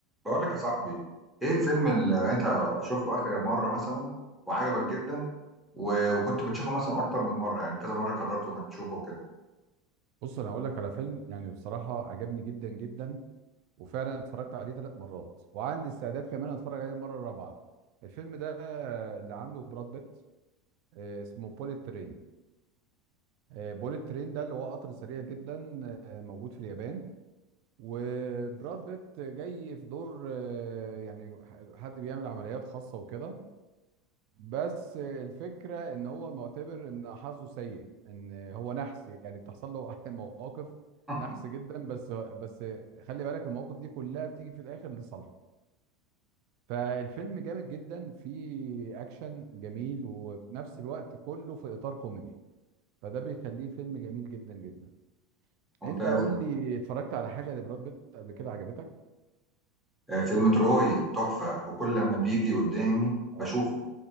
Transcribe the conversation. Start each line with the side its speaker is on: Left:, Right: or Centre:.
Centre: بقول لك يا صاحبي ايه الفيلم اللي انت شفته اخر مرة مثلا وعجبك جدا و... وكنت بتشوفه مثلا اكتر من مرة يعني كذا مرة قررت انك تشوفه كده
Right: بص انا هقول لك على فيلم يعني بصراحه عجبني جدا جدا وفعلا اتفرجت عليه ثلاث مرات وعندي استعداد كمان اتفرج عليه المره الرابعه الفيلم ده آه، اللي عامله براد بيت آه، اسمه بوليت ترين بوليت ترين ده اللي هو قطر سريع جدا آه، موجود في اليابان وبراد بيت جاي في دور آه، يعني ح- حد بيعمل عمليات خاصه وكده بس الفكره ان هو معتبر ان حظه سيء ان هو نحس يعني بتحصل له <laughs> مواقف
Centre: <laughs>
Right: نحس جدا بس بس خلي بالك المواقف دي كلها بتيجي في الاخر لصالحه فالفيلم جامد جدا فيه اكشن جميل وفي نفس الوقت كله في اطار كوميدي فده بيخليه فيلم جميل جدا جدا
Centre: ممتاز
Right: انت قول لي اتفرجت على حاجه لبراد بيت قبل كده عجبتك
Centre: آه، فيلم تروي تحفة وكل لما بيجي قدامي
Right: اه
Centre: بشوفه